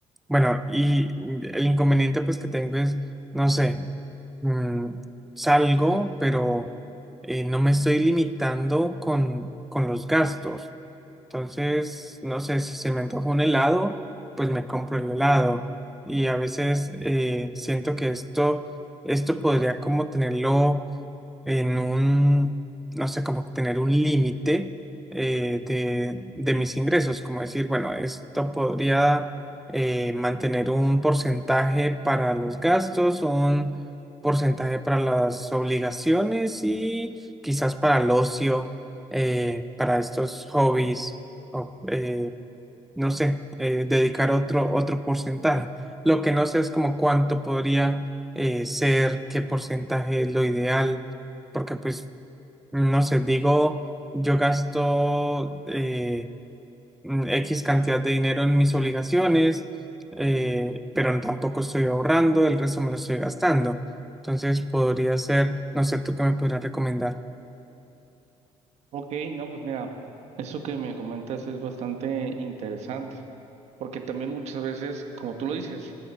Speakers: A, in the centre; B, on the right (about 60°).
A: bueno, y el inconveniente pues que tengo es, no sé, mm, salgo, pero eh, no me estoy limitando con, con los gastos. Entonces, no sé, si se me antoja un helado, pues me compro el helado. Y a veces eh, siento que esto, esto podría como tenerlo en un, no sé, como tener un límite eh, de, de mis ingresos, como decir, bueno, esto podría eh, mantener un porcentaje para los gastos, un porcentaje para las obligaciones y quizás para el ocio, eh, para estos hobbies o, eh, no sé, eh, dedicar otro, otro porcentaje. Lo que no sé es como cuánto podría eh, ser, qué porcentaje es lo ideal, porque pues, no sé, digo, yo gasto eh, mm, X cantidad de dinero en mis obligaciones, eh, pero tampoco estoy ahorrando, el resto me lo estoy gastando. Entonces podría ser, no sé, tú qué me podrías recomendar.
B: Ok, no, pues mira, eso que me comentas es bastante interesante, porque también muchas veces, como tú lo dices,